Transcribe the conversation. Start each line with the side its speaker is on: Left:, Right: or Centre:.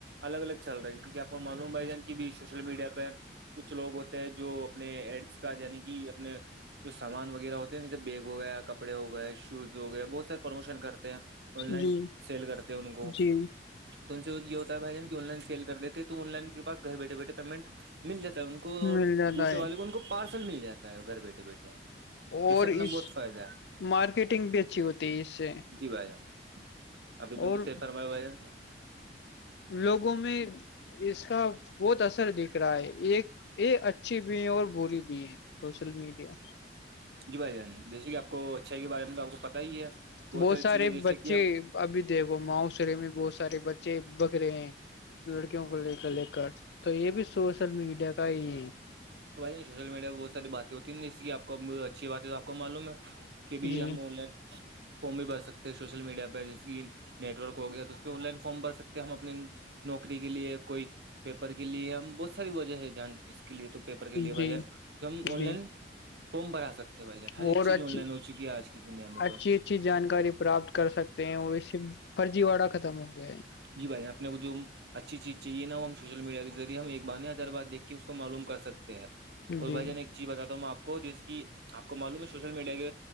Right: الگ الگ چل رہی ہے کیونکہ آپ کو معلوم بھائی جان کہ ابھی سوشل میڈیا پہ کچھ لوگ ہوتے جو اپنے ایڈس کا یعنی کہ اپنے جو سامان وغیرہ ہوتے ہیں جیسے بیگ ہو گیا کپڑے ہو گئے شوز ہو گیا بہت سارے پروموشن کرتے ہیں آن لائن
Left: جی
Right: سیل کرتے ہیں ان کو
Left: جی
Right: تو ان سے یہ ہوتا ہے بھائی جان آن لائن سیل کر دیتے تو آن لائن کے گھر بیٹھے بیٹھے پیمنٹ مل جاتا ہے ان کو
Left: مل جاتا
Right: دوسرے
Left: ہے
Right: والے کو ان کو پارسل مل جاتا ہے گھر بیٹھے بیٹھے
Left: اور
Right: سے اپنا
Left: اس
Right: بہت فائدہ ہے
Left: مارکیٹنگ بھی اچھی ہوتی ہے اس سے
Right: جی بھائی جان آپ نے بالکل
Left: اور
Right: صحیح فرمایا بھائی جان
Left: لوگوں میں اس کا بہت اثر دکھ رہا ہے ایک یہ اچھی بھی ہے اور بری بھی ہیں سوشل میڈیا
Right: جی بھائی جان جیسے کہ آپ کو اچھائی کے بارے میں تو آپ کو پتا ہی ہے
Left: بہت
Right: ساری
Left: سارے
Right: چیزیں جیسے
Left: بچے
Right: کہ ہم
Left: ابھی دیکھو معاشرے میں بہت سارے بچے بکرے ہیں لڑکیوں کو لے کر لے کر تو یہ بھی سوشل میڈیا کا ہی
Right: تو بھائی نہیں سوشل میڈیا میں بہت ساری باتیں ہوتی ہیں جیس آپ کو اچھی بات ہے تو آپ کو معلوم ہے کبھی
Left: جی
Right: ہم آن لائن فارم بھی بھر سکتے ہیں سوشل میڈیا پہ جیسے کہ نیٹ ورک ہو گیا تو اس پہ آن لائن فارم بھر سکتے ہیں ہم اپنی نوکری کے لیے کوئی پیپر کے لیے ہم بہت ساری وجہ ہے اس کے لیے تو پیپر کے لیے بھائی
Left: جی
Right: جان ہم آن
Left: جی
Right: لائن فارم بھرا سکتے ہیں بھائی جان ہر
Left: اور
Right: ایک چیز
Left: اچھی
Right: آن لائن ہو چکی ہے آج کی دنیا میں
Left: اچھی
Right: تو
Left: اچھی جانکاری پراپت کر سکتے اس فرجی واڑا ختم ہو گیا ہے
Right: جی بھائی آپ کو جو اچھی چیز چاہیے نا وہ ہم سوشل میڈیا کے ذریعے ہم ایک بار نہت ہزار بار دیکھ کے اس کو معلوم کر سکتے ہیں
Left: ہے
Right: اور
Left: جی
Right: بھائی جان ایک چیز بتاتا ہوں میں آپ کو جس کی آپ کو معلوم ہے سوشل میڈیا کے